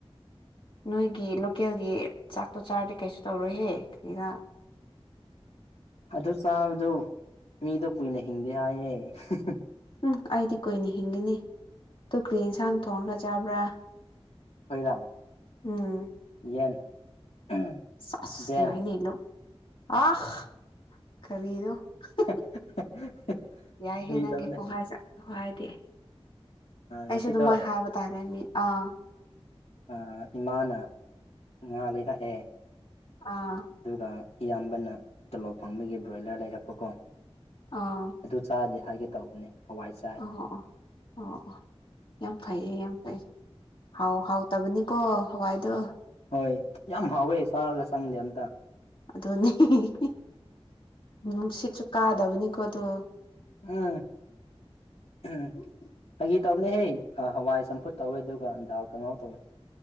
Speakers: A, on the left; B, on the left.
A: ꯅꯣꯏꯒꯤ ꯂꯨꯞ ꯀꯦꯜꯒꯤ ꯆꯥꯛꯇꯣ ꯆꯥꯔꯗꯤ ꯀꯩꯁꯨ ꯇꯧꯔꯣꯏꯍꯦ ꯀꯔꯤꯔꯥ
B: ꯑꯗꯨ ꯆꯥꯕꯗꯨ ꯃꯤꯗꯣ ꯀꯨꯏꯅ ꯍꯤꯡꯗꯦ ꯍꯥꯏꯌꯦ <unintelligible>
A: ꯎꯝ ꯑꯩꯗꯤ ꯀꯨꯏꯅ ꯍꯤꯡꯒꯅꯤ꯫ ꯇꯨꯀ꯭ꯔꯤ ꯌꯦꯟꯁꯥꯡ ꯊꯣꯡꯔꯒ ꯆꯥꯕ꯭ꯔꯥ?
B: ꯈꯣꯏꯔꯥꯡ
A: ꯎꯝ
B: ꯌꯦꯟ <unintelligible>
A: ꯁꯥꯁ
B: ꯗꯦꯝ
A: ꯌꯥꯏꯅꯦ ꯅꯪ ꯑꯥ ꯀꯔꯤꯅꯣ <unintelligible>
B: <unintelligible>
A: ꯌꯥꯏꯍꯦ
B: ꯐꯒꯤꯗꯕꯅꯦ
A: ꯅꯪꯒꯤ ꯈꯨꯍꯥꯏꯁꯦ ꯈꯣ ꯍꯥꯏꯗꯤ ꯑꯩꯁꯨ
B: ꯉꯁꯤꯗꯣ
A: ꯑꯗꯨꯃꯥꯏ ꯍꯥꯏꯕ ꯇꯥꯔꯦ ꯃꯤ ꯑꯥ
B: ꯑꯥ ꯏꯃꯥꯅ ꯉꯥ ꯂꯩꯔꯥꯛꯑꯦ
A: ꯑꯥ
B: ꯇꯨꯒꯥ ꯏꯌꯥꯝꯕꯅ ꯇꯣꯂꯣꯞ ꯐꯪꯕꯒꯤ ꯕ꯭ꯔꯣꯏꯂꯔ ꯂꯩꯔꯛꯄꯀꯣ
A: ꯑꯥ
B: ꯑꯗꯨ ꯆꯥꯗꯦ ꯍꯥꯏꯒꯦ ꯇꯧꯕꯅꯦ ꯍꯥꯋꯥꯏ ꯆꯥꯏ
A: ꯑꯣ ꯑꯣ ꯑꯣ ꯑꯣ ꯌꯥꯝ ꯐꯩꯌꯦ ꯌꯥꯝ ꯐꯩ ꯍꯥꯎ ꯍꯥꯎꯇꯕꯅꯤꯀꯣ ꯍꯥꯋꯥꯏꯗꯨ
B: ꯍꯣꯏ ꯌꯥꯝ ꯍꯥꯎꯋꯦ ꯆꯥꯔꯒ ꯆꯪꯗꯦ ꯑꯝꯇ꯫
A: ꯑꯗꯨꯅꯦ <unintelligible> ꯅꯨꯡꯁꯤꯠꯁꯨ ꯀꯥꯗꯕꯅꯤꯀꯣ ꯑꯗꯨ
B: ꯎꯝ ꯎꯝ ꯐꯒꯤ ꯇꯧꯕꯅꯦꯍꯦ ꯑꯥ ꯍꯋꯥꯏ ꯆꯝꯐꯨꯠ ꯇꯧꯋꯦ ꯑꯗꯨꯒ ꯗꯥꯜ ꯀꯥꯉꯧ ꯇꯧꯋꯦ